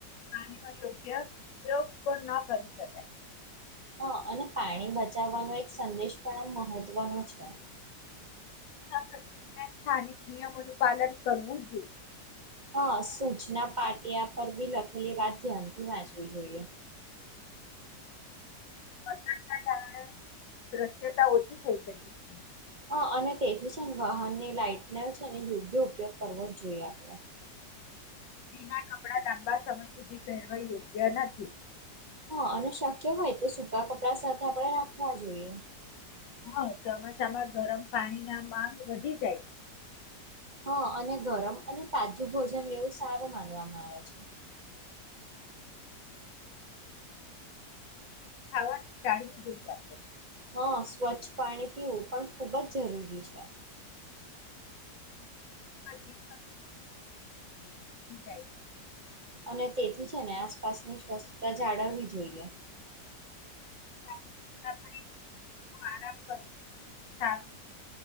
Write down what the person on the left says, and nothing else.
પાણીનો યોગ્ય ઉપયોગ પણ ન કરી શકાય.
દરમિયાન સ્થાનિક નિયમોનું પાલન કરવું જોઈએ.
વરસાદના કારણે દ્રશ્યતા ઓછી થઈ શકે છે.
ભીના કપડા લાંબા સમય સુધી પહેરવા યોગ્ય નથી.
હા ચોમાસામાં ગરમ પાણી ના માં વધી જાય છે.
ખાવાનું ચાલવું જોઈએ આપણે.
<inaudible> વધી જાય.
લાબી મુસાફરી વચ્ચે થોડો આરામ કરવો સારો.